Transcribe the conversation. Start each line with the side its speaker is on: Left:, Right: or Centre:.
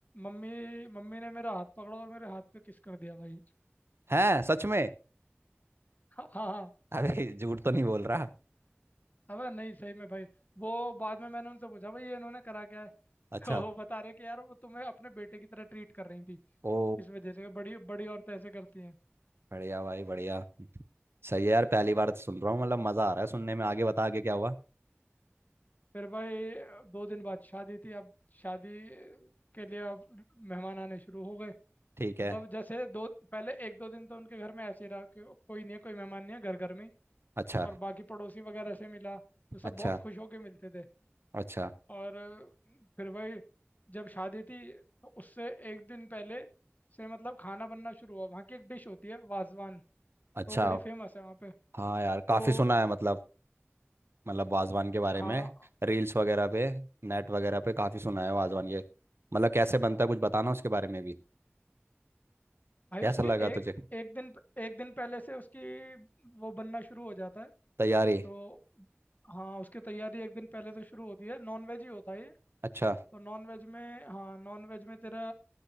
Left: मम्मी मम्मी ने मेरा हाथ पकड़ा और मेरे हाथ पे किस कर दिया भाई <laughs>
Right: हैं सच में
Left: हाँ हाँ हाँ
Right: अरे झूठ तो नहीं बोल रहा
Left: अबे नहीं सही में भाई वो बाद में मैंने उनसे पूछा भाई ये इन्होंने करा क्या है
Right: अच्छा
Left: तो वो बता रहे कि यार वो तुम्हें अपने बेटे की तरह ट्रीट कर रही थी
Right: ओ
Left: इस वजह से बड़ी बड़ी औरतें ऐसे करती हैं
Right: बढ़िया भाई बढ़िया सही है यार पहली बार तो सुन रहा हूँ मतलब मज़ा आ रहा है सुनने में आगे बता आगे क्या हुआ
Left: फिर भाई दो दिन बाद शादी थी अब शादी के लिए अब मेहमान आने शुरू हो गए
Right: ठीक है
Left: मतलब जैसे दो पहले एक दो दिन तो उनके घर में ऐसे ही रहा कि कोई नहीं है कोई मेहमान नहीं है घर घर में ही
Right: अच्छा
Left: और बाकी पड़ोसी वगैरह से मिला तो सब
Right: अच्छा
Left: बहुत खुश होके मिलते थे
Right: अच्छा
Left: और फिर भाई जब शादी थी तो उससे एक दिन पहले से मतलब खाना बनना शुरू हुआ वहाँ की एक डिश होती है वाजवान तो
Right: अच्छा
Left: वो बड़ी फेमस है वहाँ पे
Right: हाँ यार
Left: तो
Right: काफ़ी सुना है मतलब मतलब वाजवान के बारे
Left: हाँ
Right: में रील्स वगैरह पे नेट वगैरह पे काफ़ी सुना है वाजवान ये मतलब कैसे बनता है कुछ बताना उसके बारे में भी
Left: भाई
Right: कैसा
Left: उसकी
Right: लगा
Left: एक
Right: तुझे
Left: एक दिन एक दिन पहले से उसकी वो बनना शुरू हो जाता है
Right: तैयारी
Left: तो हाँ उसकी तैयारी एक दिन पहले से शुरू होती है नॉन वेज ही होता है ये
Right: अच्छा
Left: तो नॉन वेज में हाँ नॉन वेज में तेरा